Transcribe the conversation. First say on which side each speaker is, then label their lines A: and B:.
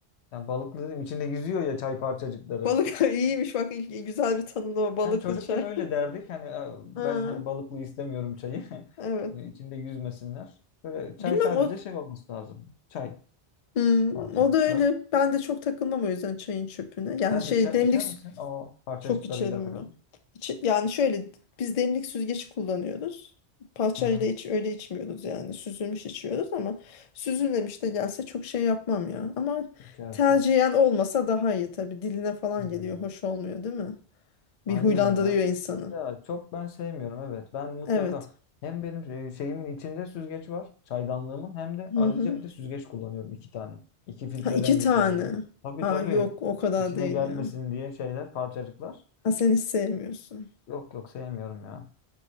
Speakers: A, on the left; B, on the left.
A: Yani balıklı dedim içinde yüzüyor ya çay parçacıkları.
B: Balık <laughs> iyiymiş bak ilk- güzel bir tanımlama balıklı
A: Yani çocukken
B: çay.
A: öyle
B: <laughs>
A: derdik. Hani e, ben
B: Ha,
A: hani balıklı istemiyorum çayı. <laughs>
B: evet.
A: E, İçinde yüzmesinler. Böyle çay
B: Bilmem
A: sadece
B: o
A: şey olması lazım. Çay
B: Hmm,
A: parçacıklar.
B: o da öyle. Ben de çok takılmam o yüzden çayın çöpüne. Yani
A: Sen
B: şey
A: içer,
B: demlik
A: içer misin? O parçacıklarıyla
B: Çok içerim
A: beraber.
B: ben. yani şöyle biz demlik süzgeci kullanıyoruz. Parçayla
A: Hı hı
B: iç öyle içmiyoruz yani. Süzülmüş içiyoruz ama süzülmemiş de gelse çok şey yapmam ya. Ama
A: içersin.
B: tercihen olmasa daha iyi tabii. Diline falan
A: Hmm.
B: geliyor. Hoş olmuyor değil mi? Bir
A: Aynen
B: huylandırıyor
A: ya.
B: insanı.
A: Ya çok ben sevmiyorum evet. Ben mutlaka
B: Evet.
A: hem benim e, şeyimin içinde süzgeç var, çaydanlığımın hem de
B: Hı
A: ayrıca
B: hı.
A: bir de süzgeç kullanıyorum iki tane. İki filtreden
B: Ha, iki tane.
A: geçiyor yani. Tabii
B: Ha
A: tabii.
B: yok o kadar
A: İçine
B: değil
A: gelmesin
B: ya.
A: diye şeyler, parçacıklar.
B: Ha sen hiç sevmiyorsun.
A: Yok yok sevmiyorum ya.